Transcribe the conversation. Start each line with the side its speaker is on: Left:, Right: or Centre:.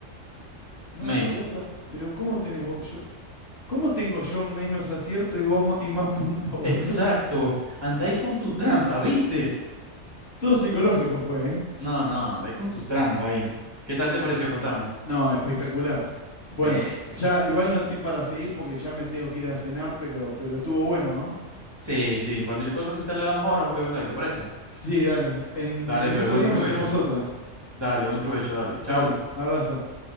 Left: No,
Right: Men.
Left: pero vos está, pero ¿cómo tenés vos- yo, cómo tengo yo menos acierto y vos ma- y más puntos, <laughs> boludo?
Right: Exacto, andáis con tu trampa, ¿viste?
Left: Todo psicológico fue, ¿eh?
Right: No, no, andáis con tu trampa ahí. ¿Qué tal te pareció? Contame.
Left: No, espectacular. Bueno,
Right: Sí, sí.
Left: ya igual no estoy para seguir porque ya me tengo que ir a cenar, pero pero estuvo bueno, ¿no?
Right: Sí, sí, cualquier cosa si te le damos ahora a lo que venga ahí, ¿te parece?
Left: Sí, dale. En,
Right: Dale,
Left: en
Right: pues,
Left: estos
Right: buen
Left: días
Right: provecho.
Left: metemos otra.
Right: Dale, buen provecho, dale. Chao.
Left: Dale, abrazo.